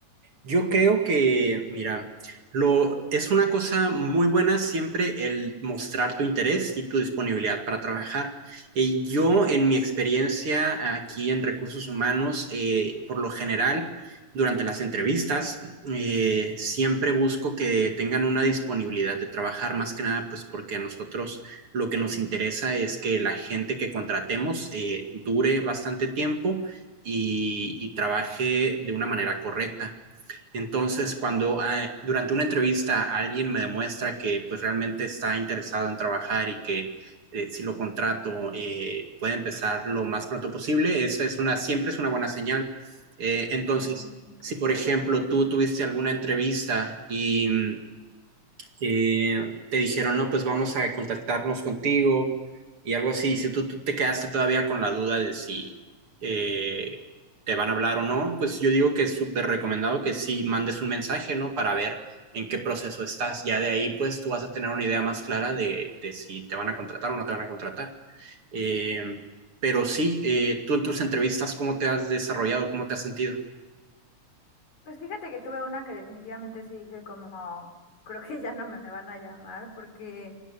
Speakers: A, on the right; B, on the left.
A: Yo creo que, mira, lo, es una cosa muy buena siempre el mostrar tu interés y tu disponibilidad para trabajar. Y yo, en mi experiencia aquí en recursos humanos, eh, por lo general, durante las entrevistas, eh, siempre busco que tengan una disponibilidad de trabajar, más que nada, pues porque a nosotros lo que nos interesa es que la gente que contratemos eh, dure bastante tiempo y, y trabaje de una manera correcta. Entonces, cuando eh, durante una entrevista alguien me demuestra que pues realmente está interesado en trabajar y que eh, si lo contrato eh, puede empezar lo más pronto posible, eso es una, siempre es una buena señal. Eh, entonces,
B: Ah, ok.
A: si por ejemplo tú tuviste alguna entrevista y mm, eh, te dijeron, no, pues vamos a contactarnos contigo y algo así. Si tú, tú te quedaste todavía con la duda de si eh, te van a hablar o no, pues yo digo que es súper recomendado que sí mandes un mensaje, ¿no? Para ver en qué proceso estás. Ya de ahí, pues tú vas a tener una idea más clara de, de si te van a contratar o no te van a contratar. Eh, pero sí, eh, tú en tus entrevistas, ¿cómo te has desarrollado? ¿Cómo te has sentido?
B: Pues fíjate que tuve una que definitivamente sí dije como, <laughs> creo que ya no me van a llamar porque